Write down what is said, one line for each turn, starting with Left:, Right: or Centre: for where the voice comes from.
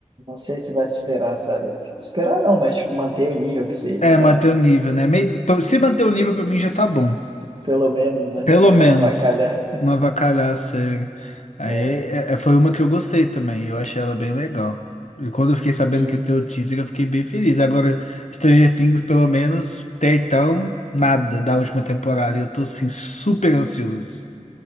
Right: Não sei se vai superar, sabe? superar não, mas tipo, manter o nível que seja,
Left: É,
Right: sabe?
Left: manter o nível, né? Meio- então, se manter o nível pra mim já tá bom.
Right: Pelo menos, né?
Left: Pelo
Right: Não é
Left: menos
Right: avacalhar.
Left: não avacalhar a série. Aí
Right: É.
Left: é- é- foi uma que eu gostei também, eu achei ela bem legal. E quando eu fiquei sabendo
Right: E
Left: que ia ter o teaser, eu fiquei bem feliz. Agora, Stranger Things, pelo menos, até então, nada da última temporada. Eu tô, assim, super ansioso.